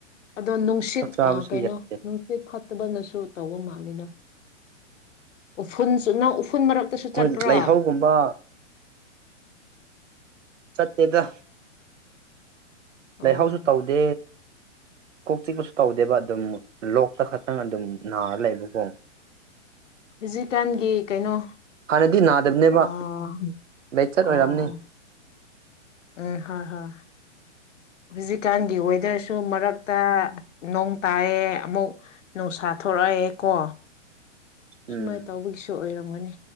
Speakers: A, on the left; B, on the right.
A: ꯑꯗꯣ ꯅꯨꯡꯁꯤꯠ
B: ꯆꯥꯛ ꯆꯥꯕꯁꯨ
A: ꯑ ꯀꯩꯅꯣ
B: ꯌꯥꯗꯦ
A: ꯅꯨꯡ ꯁꯤꯠ ꯐꯠꯇꯕꯅꯁꯨ ꯇꯧꯕ ꯃꯥꯜꯂꯤꯗ ꯎꯐꯨꯟꯁꯨ ꯅꯪ ꯎꯐꯨꯟ ꯃꯔꯛꯇꯁꯨ
B: ꯈꯣꯏꯟ
A: ꯆꯠꯄ꯭ꯔꯥ
B: ꯂꯩꯍꯧꯒꯨꯝꯕ ꯆꯠꯇꯦꯗ
A: ꯑꯣ
B: ꯂꯩꯍꯧꯁꯨ ꯇꯧꯗꯦ ꯀꯣꯛ ꯆꯤꯛꯄꯁꯨ ꯇꯧꯗꯦꯕ ꯑꯗꯨꯝ ꯂꯣꯛꯇ ꯈꯠ ꯇꯪ ꯑꯗꯨꯝ ꯅꯥꯔ ꯂꯩꯕꯀꯣ
A: ꯍꯧꯖꯤꯛꯀꯥꯟꯒꯤ ꯀꯩꯅꯣ
B: ꯍꯥꯟꯅꯗꯤ ꯅꯥꯗꯕꯅꯦꯕ
A: ꯑ ꯑꯣ
B: ꯂꯥꯏꯆꯠ
A: ꯑꯣ
B: ꯑꯣꯏꯔꯝꯅꯤ
A: ꯎꯝ ꯍꯣꯏ ꯍꯣꯏ ꯍꯧꯖꯤꯛꯀꯥꯟꯒꯤ ꯋꯦꯗꯔꯁꯨ ꯃꯔꯛ ꯇ ꯅꯣꯡ ꯇꯥꯑꯦ ꯑꯃꯨꯛ ꯅꯨꯡꯁꯥ ꯊꯣꯛꯔꯛꯑꯦ ꯀꯣ ꯁꯨꯃꯥꯏꯟ
B: ꯎꯝ
A: ꯇꯧꯕꯒꯤꯁꯨ ꯑꯣꯏꯔꯝꯒꯅꯤ